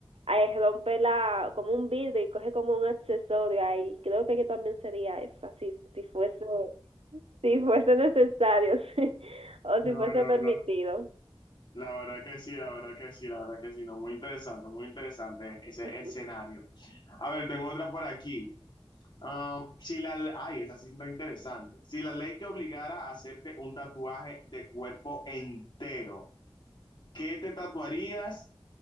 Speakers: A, on the right; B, on the left.
A: eh, rompe la como un vidrio y coge como un accesorio ahí. Creo que yo también sería esa, si, si fuese, si fuese necesario, <laughs> o si
B: No,
A: fuese
B: no,
A: permitido.
B: no. La verdad que sí, la verdad que sí, la verdad que sí. No, muy interesante, muy interesante
A: <laughs>
B: ese
A: Ujú.
B: escenario. A ver, tengo otra por aquí. Ah, si la, le- ay, esa sí está interesante. Si la ley te obligara a hacerte un tatuaje de cuerpo entero, ¿qué te tatuarías